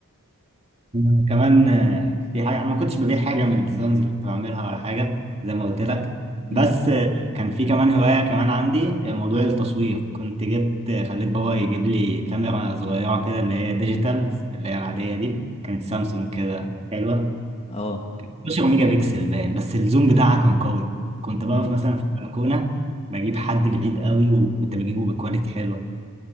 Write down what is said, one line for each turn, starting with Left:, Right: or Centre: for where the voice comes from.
Right: أنا كمان آه، في حاجة أنا ما كنتش ببيع حاجة من الديزاينز اللي كنت بعملها ولا حاجة زي ما قلت لك
Left: امم
Right: بس آه، كان في كمان هواية كمان عندي آه، موضوع التصوير كنت جبت آه، خليت بابا يجيب لي كاميرا صغيرة كده اللي هي ديجيتال اللي هي العادية دي كانت سامسونج كده حلوة
Left: اه
Right: 12 ميجا بكسل باين بس الزوم بتاعها كان قوي كنت بقف
Left: امم
Right: مثلا في البلكونة بجيب حد بعيد قوي وكنت بجيبه بكواليتي حلوة